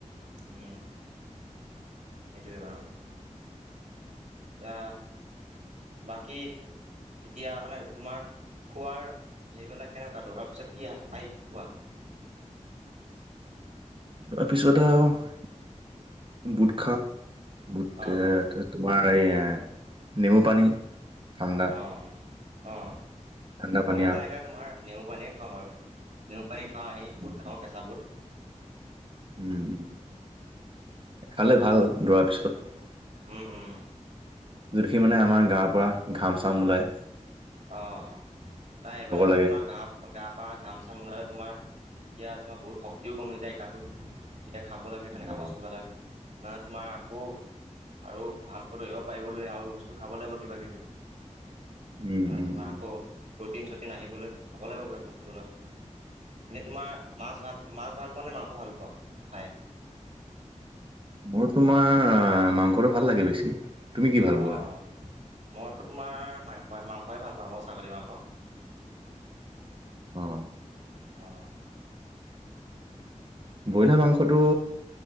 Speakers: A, on the right; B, on the right.
A: উম সেইটোৱে বাৰু। এয়া বাকী এতিয়া মানে তোমাৰ খোৱাৰ হেৰিবিলাক কেনেকুৱা দৌৰাৰ পিছত কি আহ কি খোৱা।
B: উ তাৰপিছতে আৰু বুট খাত, গোট
A: অঁ অঁ
B: তোমাৰ এই নেমু পানী। ঠাণ্ডা
A: অ অ
B: ঠাণ্ডা
A: ময়ো
B: পানী আৰু
A: সনেক তোমাৰ নেমু পানীয়ে খাওঁ বাৰু নেমু পানী খাওঁ আহি বুট
B: উম
A: খাওঁ কেঁচা বুট।
B: উম খালে ভাল আৰু ৰোৱাৰ পিছত
A: উম উম
B: যোনখিনি মানে আমাৰ গাৰ পৰা ঘাম চাম ওলায়
A: অ নাই এইবিলাকো
B: লাগে
A: তোমাৰ ঘা গা পা ঘাম চাম ওলাই। তোমাৰ তেতিয়া তোমাৰ বহুত শক্তিও কমি যায় গাটো যেতিয়া খাব লাগে সেনেকুৱা
B: অ',
A: বস্তুবিলাক মানে তোমাৰ আকৌ আৰু ভালকৈ ধৰিব পাৰিবলৈ আৰু বস্তু খাব লাগিব কিবা কিবি
B: উম
A: মানে
B: উম
A: তোমাৰ
B: উম
A: আকৌ প্ৰ'টিন চ'টিন আহিবলৈ খাব লাগিব বস্তুবিলাক এনেই তোমাৰ মাছ ভাল মাছ ভাল মাংস ভাল পোৱা খাই
B: মোৰ তোমাৰ মাংসটো ভাল লাগে বেছি তুমি কি ভাল
A: অঁ
B: পোৱা
A: মইতো তোমাৰ মাংস মাংসই ভাল পাওঁ আৰু ছাগলী মাংস
B: অঁ
A: অ
B: ব্ৰইলাৰ মাংসটো